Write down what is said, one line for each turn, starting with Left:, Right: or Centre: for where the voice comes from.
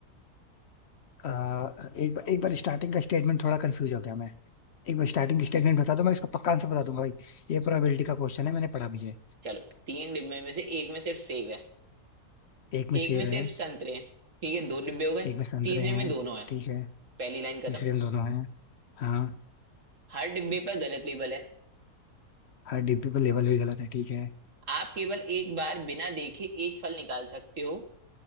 Left: अ, एक बार एक बार स्टार्टिंग का स्टेटमेंट थोड़ा कंफ्यूज हो गया मैं एक बार स्टार्टिंग स्टेटमेंट बता दो मैं इसका पक्का आंसर बता दूंगा भाई ये प्रोबेबिलिटी का क्वेश्चन है मैंने पढ़ा भी है
Right: चलो तीन डिब्बे में से एक में सिर्फ सेब है
Left: एक में
Right: एक
Left: सेब
Right: में सिर्फ
Left: है
Right: संतरे हैं ठीक है दो डिब्बे हो गए
Left: एक में संतरे
Right: तीसरे
Left: हैं
Right: में दोनों है
Left: ठीक है
Right: पहली लाइन
Left: तीसरे
Right: खत्म
Left: में दोनों हैं हाँ
Right: हर डिब्बे पर गलत लेबल है
Left: हर डिब्बे पर लेबल भी गलत है ठीक है
Right: आप केवल एक बार बिना देखे एक फल निकाल सकते हो